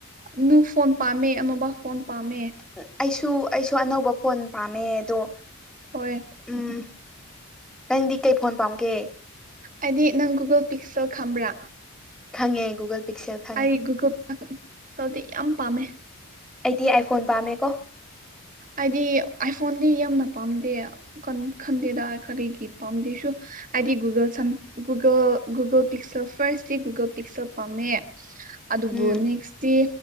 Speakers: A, on the right (about 35°); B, in the centre.
A: ꯅꯨ ꯐꯣꯟ ꯄꯥꯝꯃꯦ ꯑꯅꯧꯕ ꯐꯣꯟ ꯄꯥꯝꯃꯦ
B: ꯎ ꯑꯩꯁꯨ ꯑꯩꯁꯨ ꯑꯅꯧꯕ ꯐꯣꯟ ꯄꯥꯝꯃꯦ ꯑꯗꯣ
A: ꯍꯣꯏ
B: ꯎꯝ ꯅꯪꯗꯤ ꯀꯩ ꯐꯣꯟ ꯄꯥꯝꯒꯦ
A: ꯑꯩꯗꯤ ꯅꯪ ꯒꯨꯒꯜ ꯄꯤꯛꯁꯦꯜ ꯈꯪꯕ꯭ꯔꯥ
B: ꯈꯪꯉꯦ ꯒꯨꯒꯜ ꯄꯤꯛꯁꯦꯜ ꯈꯪꯉꯦ
A: ꯑꯩ ꯒꯨꯒ ꯁꯦꯜꯗꯤ ꯌꯥꯝ ꯄꯥꯝꯃꯦ
B: ꯑꯩꯗꯤ ꯑꯥꯏꯐꯣꯟ ꯄꯥꯝꯃꯦꯀꯣ
A: ꯑꯩꯗꯤ ꯑꯥꯏꯐꯣꯟꯗꯤ ꯌꯥꯝꯅ ꯄꯥꯝꯗꯦ ꯀꯟ ꯈꯟꯗꯦꯗ ꯀꯔꯤꯒꯤ ꯄꯥꯝꯗꯦꯁꯨ ꯑꯩꯗꯤ ꯒꯨꯒꯜ ꯁꯝ ꯒꯨꯒꯜ ꯒꯨꯒꯜ ꯄꯤꯛꯆꯜ ꯐꯥꯔꯁꯗꯤ ꯒꯨꯒꯜ ꯄꯤꯛꯆꯦꯜ ꯄꯥꯝꯃꯦ ꯑꯗꯨꯕꯨ
B: ꯎꯝ
A: ꯅꯦꯛꯁꯇꯤ